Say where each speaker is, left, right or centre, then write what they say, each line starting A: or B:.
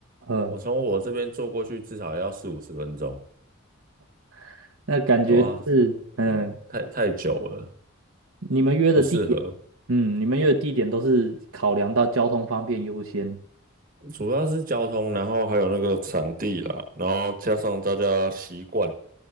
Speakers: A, on the right; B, on the right.
A: 嗯，
B: 我从我这边坐过去至少要四五十分钟，
A: <laughs> 那感觉就是嗯，
B: 对啊，太太久了，
A: 你们约的地点，
B: 不适合。
A: 嗯，你们约的地点都是考量到交通方便优先。
B: 主要是交通，然后还有那个场地啦，然后加上大家习惯。